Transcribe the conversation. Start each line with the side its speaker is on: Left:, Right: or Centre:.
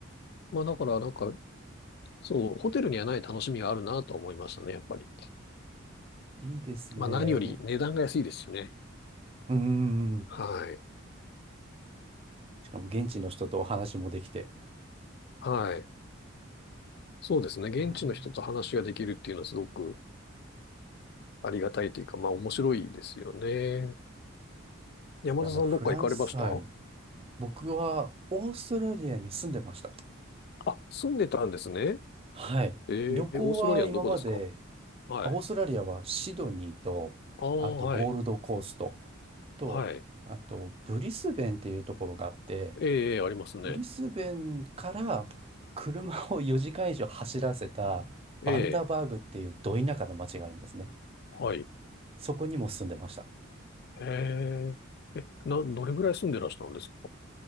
Left: まあだからなんか、そう、ホテルにはない楽しみがあるなと思いましたね、やっぱり。
Right: いいですね。
Left: まあ何より値段が安いですしね。
Right: もう、うーん。
Left: はい。
Right: しかも現地の人とお話もできて。
Left: はい。そうですね。現地の人と話ができるっていうのはすごく
Right: あ
Left: ありがたいというか、まあ面白いですよね。山田さんどっか行かれました
Right: あ、あの、フランス、はい。僕はオーストラリアに住んでました。
Left: あ、住んでたんですね。
Right: はい。
Left: えー、
Right: 旅行は今まで、
Left: オーストラリアのどこですかはい。
Right: あオーストラリアはシドニーと、
Left: ああ、
Right: あとゴールドコースト
Left: はい。
Right: と、
Left: はい。
Right: あとブリスベンっていうところがあって、
Left: ええ、ええありますね。
Right: ブリスベンから車を4時間以上走らせたバンダバーグっていうど田舎の町があるんですね。
Left: ええ、はい。
Right: そこにも住んでました。
Left: ええ、え、な、どれぐらい住んでらしたんですか